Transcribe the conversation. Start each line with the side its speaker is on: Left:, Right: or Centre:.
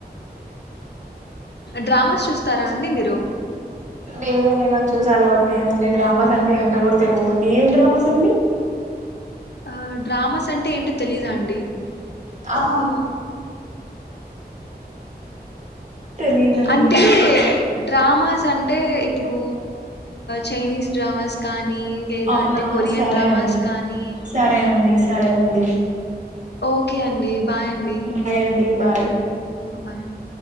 Left: డ్రామాస్ చూస్తారా అండి మీరు
Right: లేదు నాకు చూసే అలవాటు లేదండి డ్రామాస్ అంటే ఏంటో కూడా తెలియదు అండి ఏం డ్రామాస్ అండి
Left: ఆ డ్రామాస్ అంటే ఏంటిో తెలీదుా అండి
Right: అహ
Left: ఆ
Right: తెలీదండి
Left: అంటే డ్రామాస్ అంటే ఇప్పుడు చైనీస్ డ్రామాస్ కానీ లేదు
Right: అవునా
Left: అంటే కొరియన్
Right: సరే
Left: డ్రామాస్
Right: అండి
Left: కానీ
Right: సరే అండి సరే అండి
Left: ఓకే అండి బాయ్ అండి
Right: బాయ్ అండి బాయ్
Left: బాయ్ అండి